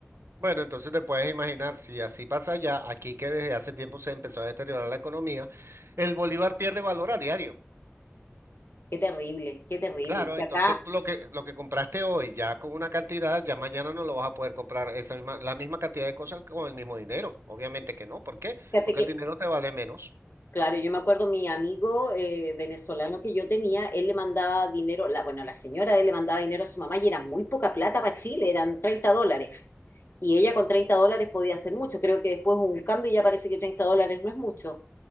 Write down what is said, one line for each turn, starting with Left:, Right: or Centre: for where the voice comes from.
Right: Bueno, entonces te puedes imaginar, si así pasa ya, aquí que desde hace tiempo se empezó a deteriorar la economía, el bolívar pierde valor a diario.
Left: Qué terrible, qué terrible.
Right: Claro,
Left: Si
Right: entonces
Left: acá
Right: tú lo que, lo que compraste hoy ya con una cantidad, ya mañana no lo vas a poder comprar esa misma, la misma cantidad de cosas con el mismo dinero. Obviamente que no. ¿Por qué?
Left: Fíjate
Right: Porque
Left: que,
Right: el dinero te vale menos.
Left: claro, yo me acuerdo mi amigo eh, venezolano que yo tenía, él le mandaba dinero, la, bueno, la señora de él le mandaba dinero a su mamá y era muy poca plata para Chile, eran 30 dólares. Y ella con 30 dólares podía hacer mucho. Creo que después hubo un cambio y ya parece que 30 dólares no es mucho.